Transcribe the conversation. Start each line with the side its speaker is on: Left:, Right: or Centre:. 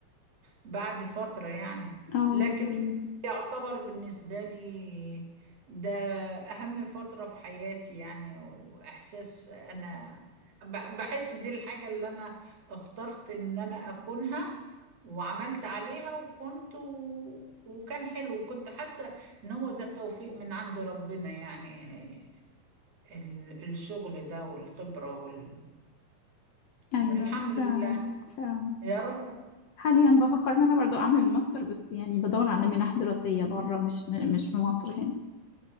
Right: بعد فترة يعني
Left: اه
Right: لكن يعتبر بالنسبة لي ده أهم فترة في حياتي يعني وإحساس أنا ب- بحس دي الحاجة اللي أنا اخترت إن أنا أكونها وعملت عليها وكنت و... وكان حلو وكنت حاسة إن هو ده توفيق من عند ربنا يعني ال- الشغل ده والخبرة وال...
Left: ايوه
Right: الحمد
Left: فعلا
Right: لله
Left: فعلا
Right: يا رب
Left: حاليا بفكر ان انا برضو اعمل ماستر بس يعني بدور على منح دراسية بره مش مش في مصر هنا